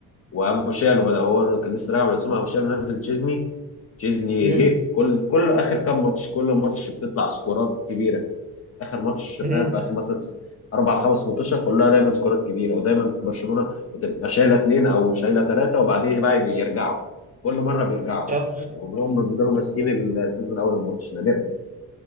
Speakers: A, on the left; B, on the right.
A: وابو شالو بدأ هو كان لسه راجع من السومه ابو شالو نزل تشيزني تشيزني
B: مم.
A: جه كل كل اخر كام ماتش كل ماتش بتطلع سكورات كبيره اخر ماتش
B: مم.
A: فاهم في اخر مثلا اربع خمس ماتشات كلها دايما سكورات كبيره ودايما برشلونه بتبقى شايله اثنين او شايله ثلاثه وبعدين بقى بيرجعوا كل مره بيرجعوا
B: صح
A: عمرهم ما بيقدروا ماسكين الفوز من اول الماتش نادرا